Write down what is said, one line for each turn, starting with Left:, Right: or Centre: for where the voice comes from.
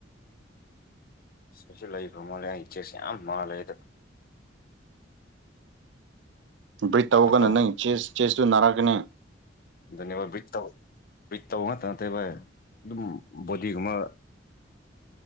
Left: <unintelligible>
Right: ꯕ꯭ꯔꯤꯠ ꯇꯧꯔꯒꯅ
Left: ꯁꯛꯇꯧ
Right: ꯅꯪ ꯆꯦꯁ ꯆꯦꯁꯇꯨ ꯅꯥꯔꯛꯒꯅꯤ
Left: ꯑꯗꯨꯅꯦꯕ ꯕ꯭ꯔꯤꯠ ꯇꯧ ꯕ꯭ꯔꯤꯠ ꯇꯧꯕ <unintelligible> ꯑꯗꯨꯝ ꯕꫭꯗꯤꯒꯨꯃ